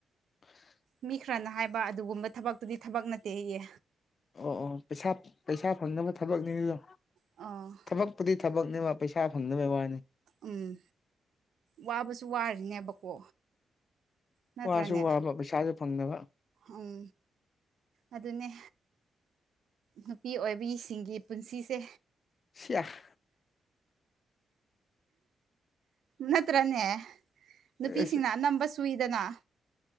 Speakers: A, on the left; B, on the right.
A: <inaudible>
B: ꯃꯤ ꯈꯔꯅ ꯍꯥꯏꯕ ꯑꯗꯨꯒꯨꯝꯕ ꯊꯕꯛꯇꯨꯗꯤ ꯊꯕꯛ ꯅꯠꯇꯦ ꯍꯌꯦ꯫
A: ꯑꯣ ꯑꯣ ꯄꯩꯁꯥ ꯄꯩꯁꯥ ꯐꯪꯅꯕ ꯊꯕꯛꯅꯤ ꯑꯗꯨꯗꯣ
B: ꯑ
A: ꯊꯕꯛꯄꯨꯗꯤ ꯊꯕꯛꯅꯦꯕ ꯄꯩꯁꯥ ꯐꯪꯅꯕꯩ ꯋꯥꯅꯤ꯫
B: ꯎꯝ ꯋꯥꯕꯁꯨ ꯋꯥꯔꯤꯅꯦꯕꯀꯣ ꯅꯠꯇ꯭ꯔꯅꯦ
A: ꯋꯥꯁꯨ ꯋꯥꯕ ꯄꯩꯁꯥꯁꯨ ꯐꯪꯗꯕ
B: ꯎꯝ ꯑꯗꯨꯅꯦ꯫ ꯅꯨꯄꯤ ꯑꯣꯏꯕꯤꯁꯤꯡꯒꯤ ꯄꯨꯟꯁꯤꯁꯦ꯫
A: ꯁꯤ꯭ꯌꯥꯍ
B: ꯅꯠꯇꯔꯅꯦ꯫ ꯅꯨꯄꯤꯁꯤꯡꯅ
A: ꯑꯁ
B: ꯑꯅꯝꯕ ꯁꯨꯏꯗꯅ